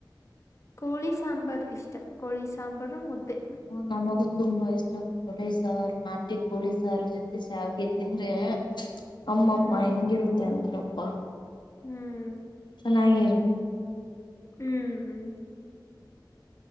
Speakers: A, on the left; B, on the left.
A: ಕೋಳಿ ಸಾಂಬಾರ್ ಇಷ್ಟ ಕೋಳಿ ಸಾಂಬಾರು ಮುದ್ದೆ
B: ನಮಗು ತುಂಬಾ ಇಷ್ಟ ಕೋಳಿ ಸಾರು ನಟಿ ಕೋಳಿ ಸಾರು ಜೊತೆ ಸಾವಿಗೆ ತಿಂದ್ರೆ ಅಮ್ಮ
A: ಹ್ಮ್
B: ಅಮ್ಮ ಹೆಂಗಿರುತ್ತೆ ಅಂದ್ರ ಅಪ್ಪಾ
A: ಹ್ಮ್
B: ಚೆನ್ನಾಗಿರು
A: ಹ್ಮ್